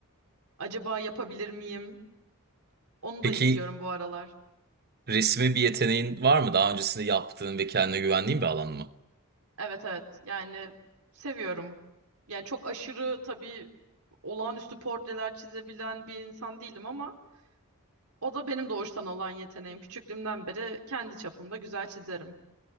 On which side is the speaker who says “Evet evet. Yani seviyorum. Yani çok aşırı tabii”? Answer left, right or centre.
Right